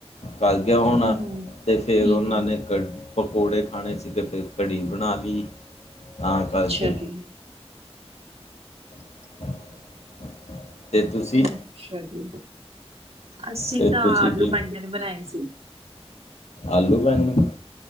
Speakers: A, on the left; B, on the right.
A: ਕਰ ਗਿਆ ਹੋਣਾ
B: ਹੂੰ ਹੂੰ
A: ਤੇ ਫਿਰ
B: ਹੂੰ
A: ਉਹਨਾਂ
B: ਹੂੰ
A: ਨੇ ਕ ਪਕੌੜੇ ਖਾਣੇ ਸੀਗੇ ਫਿਰ ਕੜੀ ਬਣਾ ਲਈ ਤਾਂ ਕਰਕੇ
B: ਅੱਛਾ ਜੀ।
A: <inaudible> ਤੇ ਤੁਸੀਂ
B: ਅੱਛਾ ਜੀ ਅਸੀਂ
A: ਤੇ
B: ਤਾਂ
A: ਤੁਸੀਂ
B: ਆਲੂ
A: ਕੀ
B: ਬੈਂਗਨ ਨੇ ਬਣਾਏ ਸੀ।
A: ਆਲੂ- ਬੈਂਗਨ